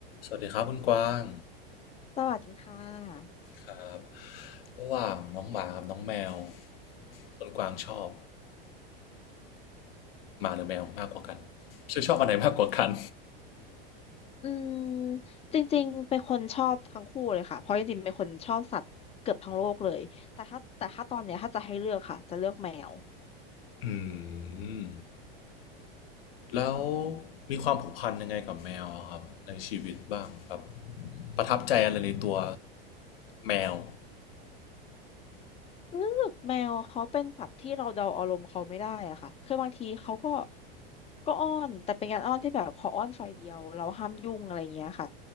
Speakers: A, on the left; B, on the left.
A: สวัสดีครับคุณกวาง
B: สวัสดีค่ะ
A: ครับระหว่างน้องหมากับน้องแมวคุณกวางชอบหมาหรือแมวมากกว่ากันชื่อชอบอันไหนมากกว่ากัน
B: อืมจริงๆเป็นคนชอบทั้งคู่เลยค่ะ เพราะจริงๆเป็นคนชอบสัตว์เกือบทั้งโลกเลยแต่ถ้าแต่ถ้าตอนเนี้ยถ้าจะให้เลือกค่ะจะเลือกแมว
A: อืมแล้วมีความผูกพันยังไงกับแมวอะครับในชีวิตบ้างแบบประทับใจอะไรในตัวแมว
B: รู้สึกแมวเขาเป็นสัตว์ที่เราเดาอารมณ์เขาไม่ได้อะค่ะคือบางทีเขาก็ ก็อ้อนแต่เป็นการอ้อนที่แบบขออ้อนฝ่ายเดียวเราห้ามยุ่งอะไรเงี้ยค่ะ